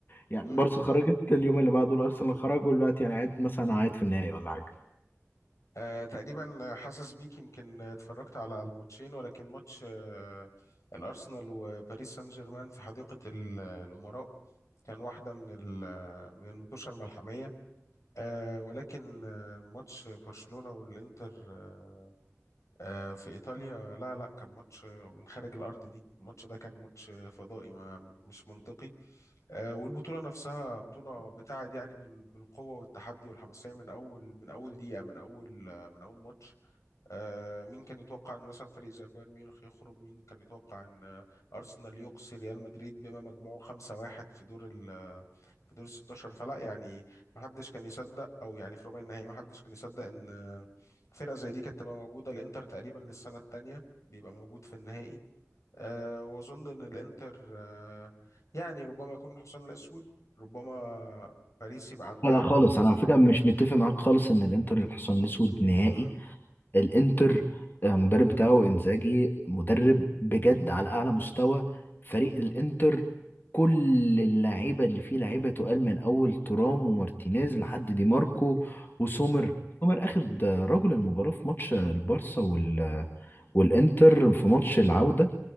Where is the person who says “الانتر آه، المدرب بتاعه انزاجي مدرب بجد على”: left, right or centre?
Left